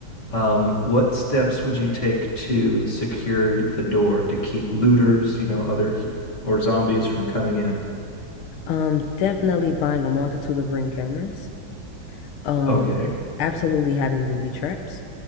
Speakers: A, on the left; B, on the left.
A: um, what steps would you take to secure the door to keep looters, you know, other hu- or zombies from coming in?
B: Um, definitely buying a multitude of ring cameras. Um,
A: Okay.
B: absolutely having booby traps.